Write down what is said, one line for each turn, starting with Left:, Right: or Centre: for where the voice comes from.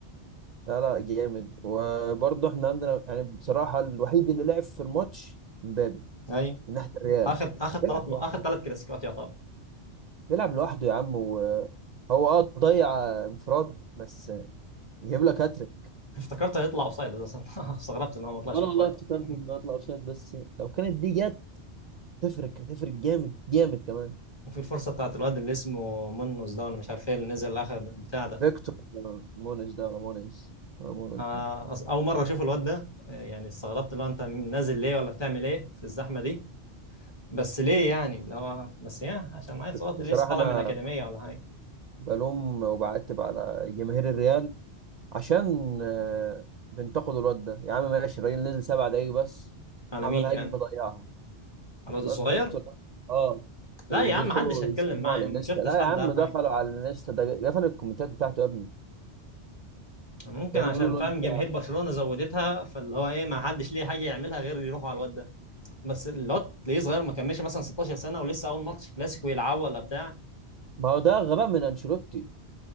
Right: لا لا جامد وبرضه احنا عندنا يعني بصراحة الوحيد اللي لعب في الماتش مبابي
Left: ايوه
Right: من ناحية الريال
Left: اخر اخر ثلاث
Right: بيلعب
Left: اخر
Right: لوحده
Left: ثلاث كلاسيكوات يعتبر
Right: بيلعب لوحده يا عم وهو اه ضيع انفراد بس يجيب لك هاتريك
Left: <laughs> افتكرت هيطلع اوفسايد اساسا <laughs> استغربت ان هو ما طلعش
Right: وانا
Left: اوفسايد
Right: والله افتكرت
Left: <laughs>
Right: انه يطلع اوفسايد بس لو كانت دي جت تفرق هتفرق جامد جامد كمان
Left: وفي الفرصة بتاعت الواد اللي اسمه منوس ده ولا مش عارف ايه اللي نزل اخر بتاع ده
Right: فيكتور مونيز ده ولا مونيز ولا مونيز
Left: آه،
Right: ده.
Left: أص- اول مره اشوف الواد ده آه، يعني استغربت لو انت نازل ليه ولا بتعمل ايه في الزحمه دي بس ليه يعني اللي هو بس يا عشان عيل صغير
Right: بصراحة
Left: ليه طالع
Right: أنا
Left: من الاكاديميه ولا حاجه
Right: بلوم وبعتب على جماهير الريال عشان آه، بنتقدوا الواد ده يا عم ماشي الراجل نزل سبع دقايق بس
Left: على
Right: عمل
Left: مين
Right: هجمة
Left: يعني
Right: ضيعها
Left: على الواد
Right: الواد
Left: الصغير
Right: فيكتور ده اه وبيدخلوا
Left: لا يا عم محدش هيتكلم
Right: يشتموه
Left: معايا
Right: على
Left: يا عم،
Right: الانستا
Left: ما شفتش
Right: لا
Left: حد
Right: يا عم
Left: قال
Right: دخلوا
Left: حاجه
Right: على الانستا ده قفل الكومنتات بتاعته يا ابني
Left: ممكن
Right: كانوا
Left: عشان
Right: يعني بيقولوا له
Left: فاهم
Right: انت
Left: جماهير برشلونه زودتها فاللي هو ايه ما حدش ليه حاجه يعملها غير يروحوا على الواد ده بس الواد ليه صغير ما كملش مثلا 16 سنه ولسه اول ماتش كلاسيكو يلعبه ولا بتاع
Right: ما هو ده غباء من انشيلوتي